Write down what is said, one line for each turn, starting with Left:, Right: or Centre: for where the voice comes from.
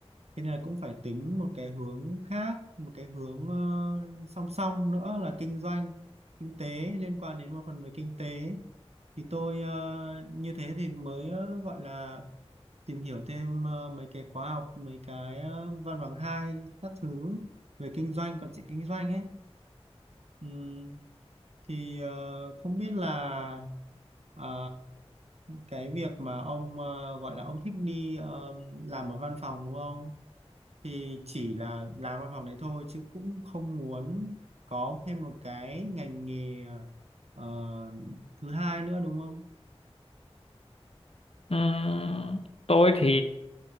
Right: Thế nên là cũng phải tính một cái hướng khác, một cái hướng ờ, song song nữa là kinh doanh, kinh tế liên quan đến một phần về kinh tế. Thì tôi ờ, như thế thì mới ờ, gọi là tìm hiểu thêm ờ, mấy cái khóa học, mấy cái ờ, văn bằng hai các thứ về kinh doanh, quản trị kinh doanh ấy. Ừm, thì ờ, không biết là ờ, cái việc mà ông ờ, gọi là ông thích đi ờ, làm ở văn phòng đúng không? thì chỉ là làm văn phòng đấy thôi chứ cũng không muốn có thêm một cái ngành nghề ờ, thứ hai nữa đúng không?
Left: Ừm, tôi thì